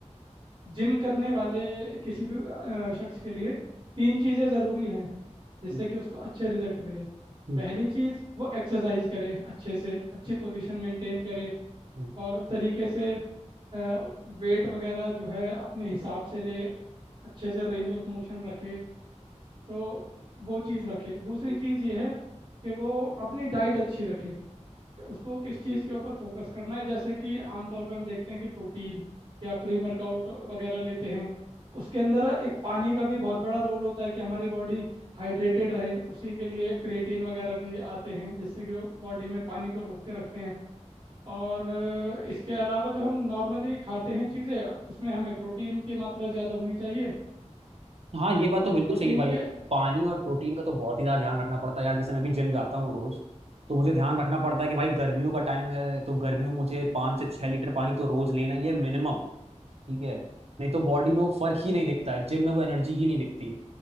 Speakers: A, on the right; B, on the right.
A: जिम करने वाले किसी भी अ, शख्स के लिए तीन चीज़ें ज़रूरी हैं जिससे
B: हम्म,
A: कि उसको अच्छे रिजल्ट मिले
B: हम्म,
A: पहली चीज़ वो एक्सरसाइज करे अच्छे से अच्छी पोजीशन मेंटेन करे
B: हम्म।
A: और तरीके से वेट वगैरह जो है अपने हिसाब से ले अच्छे से रेंज ऑफ मोशन रखे तो वो चीज़ रखे दूसरी चीज़ ये है कि वो अपनी डाइट अच्छी रखे कि उसको किस चीज़ के ऊपर फोकस करना है जैसे कि आमतौर पे हम देखते हैं कि प्रोटीन या प्री वर्कआउट वगैरह लेते हैं उसके अंदर एक पानी का भी बहुत बड़ा रोल होता है कि हमारी बॉडी हाइड्रेटेड रहे उसी के लिए क्रिएटिन वगैरह भी आते हैं जिससे कि वो बॉडी में पानी को रोक के रखते हैं और अ, इसके अलावा जो हम नॉर्मली खाते हैं चीज़ें उसमें हमें प्रोटीन की मात्रा ज़्यादा होनी चाहिए
B: हाँ ये बात तो
A: और
B: बिल्कुल
A: प्रोटीन
B: सही है भाई
A: के
B: पानी और प्रोटीन का तो बहुत ही ज़्यादा ध्यान रखना पड़ता है यार जैसे मैं भी जिम जाता हूँ रोज तो मुझे ध्यान रखना पड़ता है कि भाई गर्मियों का टाइम है तो गर्मियों में मुझे पाँच से छः लीटर पानी तो रोज लेना ही है मिनिमम ठीक है नहीं तो बॉडी में वो फर्क ही नहीं दिखता है जिम में वो एनर्जी ही नहीं दिखती है